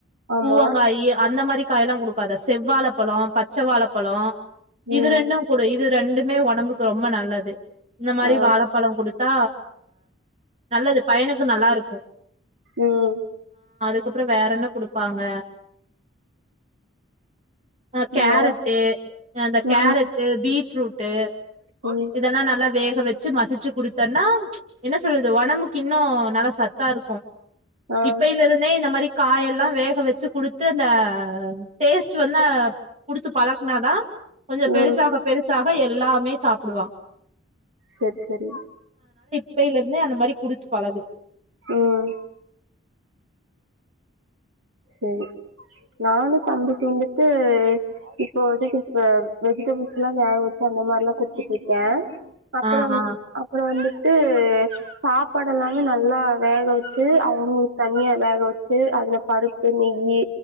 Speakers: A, on the right (about 75°); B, on the right (about 35°).
A: ஆமா.
B: பூவங்காயி அந்த மாதிரி காயொல்லாம் கொடுக்காத செவ்வாழை பழோ பச்சை வாழைப்பழோ இது
A: ம்.
B: ரெண்டும் கொடு இது ரெண்டுமே உடம்புக்கு ரொம்ப நல்லது இந்த மாதிரி
A: ஆ.
B: வாழைப்பழோ கொடுத் தா நல்லது பையனுக்கும் நல்லா இருக்கும்
A: உம்
B: அதுக்கப்புறம் வேற என்ன குடுப்பாங்க அஹ கேரட்டு
A: வேற?
B: அந்த
A: ம்.
B: கேரட்டு பீட்ரூட்டு்
A: ம்.
B: இதல்லா நல்லா வேக் வச்சு மசிச்சு குடுத்தேன்னா என்ன சொல்றது உடம்புக்கு இன்னும் நல்லா சத்தா இருக்கும்
A: ஆ.
B: இப்பியிலே இருந்தே இந்த மாதிரி காய எல்லாம் வேக வச்சு குடுத்து அந்த டேஸ்ட் வந்து கொடுத்து பழக்கனாதான் கொஞ்சம்
A: ம்.
B: பெருசாக பெருசாக எல்லாமே சாப்பிடுவான்
A: சரி சரி
B: இப்பையில இருந்தே அந்த மாதிரி குடுத்து பழகு
A: ம்ஹ் சரி நானும் தம்பிக்கு வந்துட்டு இப்போ வதுக்கு இப்ப வெஜிடபிள்ஸ் எல்லாம் வேக வச்சா அந்த மாதிரல்லாம் குடுத்துட்டு இருக்கேன் அப்புறம்
B: ஆ ஆ
A: அப்புறம் வந்துட்டு சாப்பாடு எல்லாமே நல்லா வேக வச்சு அவங்களுக்கு தனியா வேக வச்சு அதுல பருப்பு நெய்யி